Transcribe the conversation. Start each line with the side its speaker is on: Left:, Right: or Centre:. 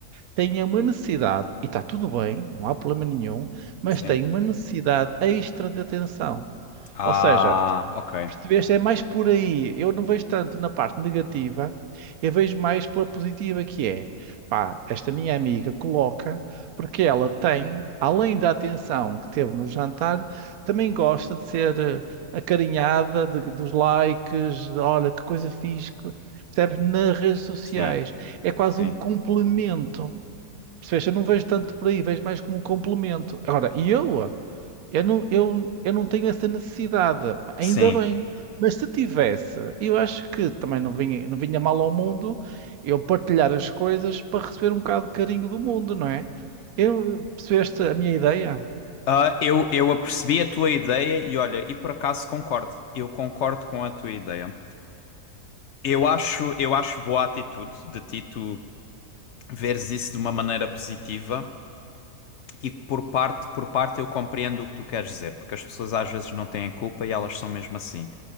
Right: têm uma necessidade, e está tudo bem, não há problema nenhum, mas
Left: Sim.
Right: têm uma necessidade extra de atenção.
Left: Ah,
Right: Ou seja,
Left: ok.
Right: percebeste? É mais por aí. Eu não vejo tanto na parte negativa, eu vejo mais pela positiva que é. Pá, esta minha amiga coloca, porque ela tem, além da atenção que teve no jantar, também gosta de ser eh, acarinhada, de- dos likes, de, olha que coisa fixe. que-" Percebes? Nas redes sociais.
Left: Sim.
Right: É quase
Left: Sim.
Right: um complemento. Percebeste? Eu não vejo tanto por aí, vejo mais como um complemento. Agora, e eu, eu não, eu, eu não tenho essa necessidade, ainda
Left: Sim.
Right: bem. Mas se tivesse, eu acho que também não vinha, não vinha mal ao mundo eu partilhar as coisas para receber um bocado de carinho do mundo, não é? Eu, percebeste a minha ideia?
Left: Ah, eu, eu apercebi a tua ideia e olha, e por acaso concordo. Eu concordo com a tua ideia. Eu acho, eu acho boa a atitude de ti tu veres isso de uma maneira positiva. E por parte, por parte eu compreendo o que tu queres dizer, porque as pessoas às vezes não têm culpa e elas são mesmo assim.